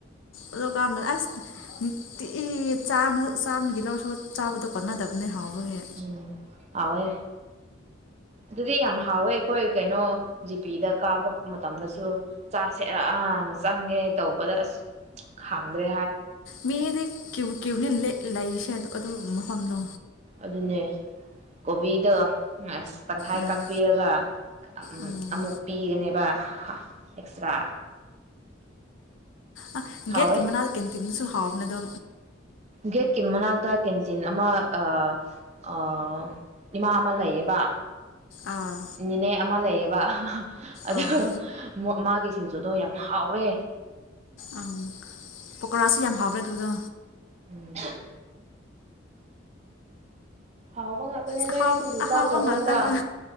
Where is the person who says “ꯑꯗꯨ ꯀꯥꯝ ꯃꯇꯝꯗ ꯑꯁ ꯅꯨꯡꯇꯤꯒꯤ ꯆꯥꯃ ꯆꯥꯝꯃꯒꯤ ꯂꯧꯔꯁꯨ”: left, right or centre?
Left